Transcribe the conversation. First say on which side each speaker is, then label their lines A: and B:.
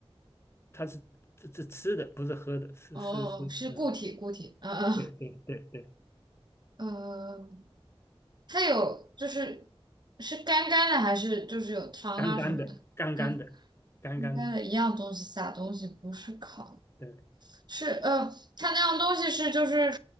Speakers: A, on the left; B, on the right.
A: 它是这这吃的，不是喝的，是是是，
B: 哦，是固体，
A: 嗯，
B: 固体。嗯
A: 对对对对，
B: 嗯，<laughs> 呃，它有就是是干干的，还是就是有汤啊什么的？
A: 干干的，干干的，
B: 干
A: 干干的，
B: 干干的一样东西撒东西，不是烤。
A: 对
B: 是呃，它那样东西是就是